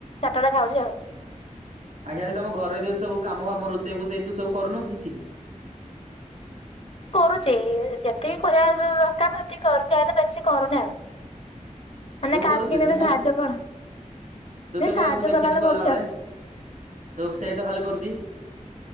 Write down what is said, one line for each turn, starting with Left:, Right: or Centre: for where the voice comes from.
Left: ଚାଟାଟା ଖାଉଛି ଆଉ।
Right: ଆଜ୍ଞା ତମ ଘରେ ଯଦି ସବୁ କାମ ଆମ ରୋଷେଇ ଫୋଷେଇ ତ ସବୁନୁ କିଛି କି।
Left: କରୁଛି ଯେତିକି କରିବା ଦରକାର ସେତିକି କରୁଛି ହେଲେ ବେଶୀ କରୁନି ଆଉ।
Right: ହ
Left: ମାନେ
Right: ତୁ କରୁଛୁ
Left: କାହାକୁ କେମିତି ଗୋଟେ
Right: ତୁ ମୁଁ
Left: ସାହାଯ୍ୟ କର
Right: ତୁ
Left: ଏ
Right: ତ
Left: ସାହାଯ୍ୟ
Right: କେବେ ମୁଁ ଦେଖିନି
Left: କଲା ବେଳେ
Right: କଲାବେଳେ।
Left: କରୁଛି ଆଉ
Right: ତ ସେ ତ ଖାଲି କରୁଛି।